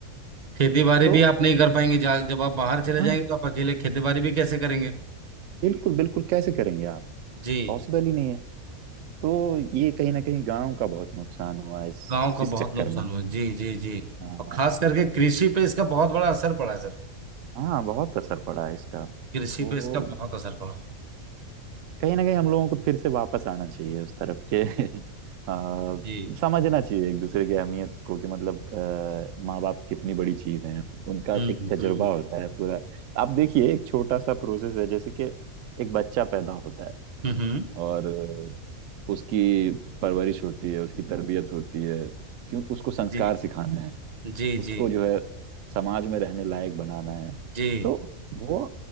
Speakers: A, on the right; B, on the right.
A: खेती बाड़ी
B: तो
A: भी आप नहीं कर पाएंगे जा- जब आप बाहर चले
B: हाँ
A: जाएंगे तो आप अकेले खेती बाड़ी भी कैसे करेंगे
B: बिल्कुल बिल्कुल कैसे करेंगे आप
A: जी
B: पॉसिबल ही नहीं है तो ये कहीं ना कहीं गांव का बहुत नुकसान हुआ इस
A: गांव का
B: इस
A: बहुत
B: चक्कर
A: नुकसान
B: में
A: हुआ जी जी जी
B: हाँ
A: और खास करके कृषि पे इसका बहुत बड़ा असर पड़ा है सर
B: हाँ, बहुत असर पड़ा है इसका
A: कृषि
B: तो
A: पे इसका बहुत असर पड़ा
B: कहीं ना कहीं हम लोगों को फिर से वापस आना चाहिए उस तरफ के <laughs> आ,
A: जी
B: समझना चाहिए एक दूसरे की अहमियत को कि मतलब माँ बाप कितनी बड़ी चीज है उनका
A: हम्म
B: एक
A: हम्म
B: तजुर्बा
A: हम्म
B: होता है पूरा आप देखिए एक छोटा सा प्रोसेस है जैसे कि एक बच्चा पैदा होता है
A: हम्म, हम्म,
B: और अ, उसकी परवरिश होती है उसकी तरबियत होती है क्यों उसको संस्कार
A: जी
B: सिखाना है
A: जी
B: उसको
A: जी
B: जो है समाज में रहने लायक बनाना है
A: जी
B: तो वो